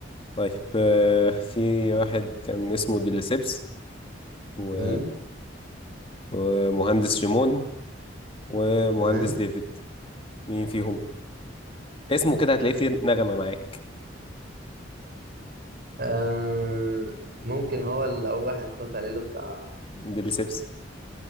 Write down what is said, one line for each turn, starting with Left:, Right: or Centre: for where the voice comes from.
Left: طيب آه، في واحد كان اسمه ديليسيبس و...
Right: مم.
Left: ومهندس جيمون ومهندس
Right: تمام
Left: ديفيد مين فيهم؟ اسمه كده هتلاقيه فيه نغمة معاك
Right: آه، ممكن هو اللي أول واحد اللي قلت عليه اللي بتاع
Left: ديليسيبس